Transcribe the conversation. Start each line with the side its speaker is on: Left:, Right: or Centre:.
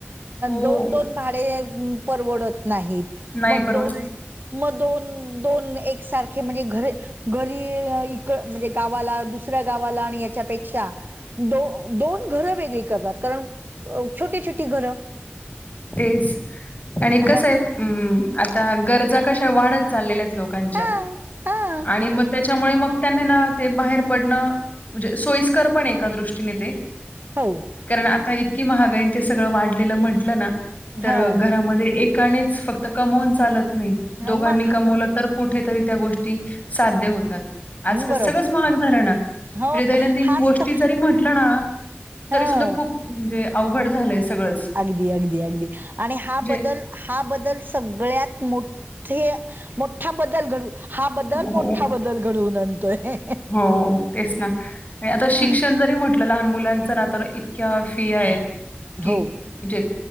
Left: हो
Right: दोन दोन भाडे परवडत नाहीत
Left: नाही
Right: मग
Left: परवडत
Right: दोन मग दोन दोन एकसारखे म्हणजे घरे घरी इक म्हणजे गावाला दुसऱ्या गावाला आणि याच्यापेक्षा दो दोन घरं वेगळी करतात कारण छोटी छोटी घरं.
Left: तेच आणि कस
Right: हां,
Left: ये आता गरजा कशा वाढत चाललेल्या येत. लोकांच्या
Right: हां, हां.
Left: आणि मग त्याच्यामुळे मग त्यांनी ना ते बाहेर पडणं म्हणजे सोयीस्कर पण एका दृष्टीने ते.
Right: हो
Left: कारण आता इतकी महागाईन ते सगळं वाढलेलं म्हटलं ना. तर
Right: हां.
Left: घरामध्ये एकानेच फक्त कमवून चालत नाही
Right: हां.
Left: दोघांनी
Right: मग हा
Left: कमवलं तर. कुठेतरी त्या गोष्टी साध्य होतात आजकाल
Right: बरोबर
Left: सगळंच
Right: आहे.
Left: महाग झालं ना
Right: हो,
Left: दैनंदिन
Right: हाच
Left: गोष्टी
Right: तर
Left: जरी म्हटलं ना तरी
Right: हां.
Left: सुद्धा खूप म्हणजे अवघड झालंय सगळंच
Right: अगदी अगदी अगदी आणि हा
Left: म्हणजे
Right: बदल हा बदल सगळ्यात मोठ्ठे मोठ्ठा बदल घडू हा बदल
Left: हो,
Right: मोठा बदल घडवून आणतोय
Left: हो तेच ना आता शिक्षण
Right: हं,
Left: जरी म्हटलं लहान मुलांचं ना तर इतक्या फीया आहेत
Right: हं.
Left: की
Right: हो
Left: जे